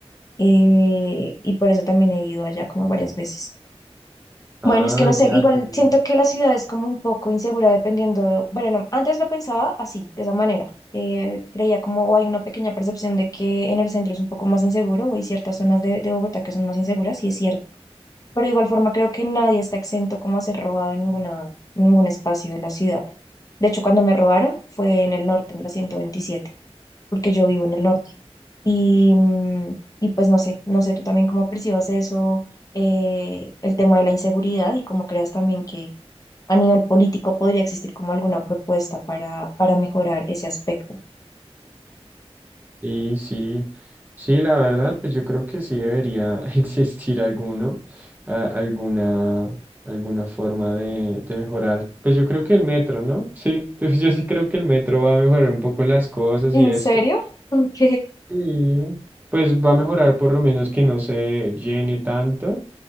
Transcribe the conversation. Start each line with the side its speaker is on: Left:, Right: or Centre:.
Left: eh, y por eso también he ido allá como varias veces. Bueno,
Right: Ah,
Left: es que no sé,
Right: ya
Left: igual
Right: tú.
Left: siento que la ciudad es como un poco insegura dependiendo de, bueno, no, antes lo pensaba así, de esa manera. Eh, creía como, o hay una pequeña percepción de que en el centro es un poco más inseguro, o hay ciertas zonas de, de Bogotá que son más inseguras, y es cierto. Pero de igual forma creo que nadie está exento como a ser robado en ninguna, en ningún espacio de la ciudad. De hecho, cuando me robaron fue en el norte, en la 127 porque yo vivo en el norte. Y, mm, y pues no sé, no sé tú también cómo percibas eso, eh, el tema de la inseguridad y cómo creas también que a nivel político podría existir como alguna propuesta para, para mejorar ese aspecto.
Right: Sí, sí. Sí, la verdad, pues yo creo que sí debería <laughs> existir alguno, a- alguna, alguna forma de, de mejorar. Pues yo creo que el metro, ¿no? Sí, <laughs> pues yo sí creo que el metro va a mejorar un poco las cosas
Left: ¿En
Right: y esto.
Left: serio? Ok.
Right: Y pues va a mejorar por lo menos que no se llene tanto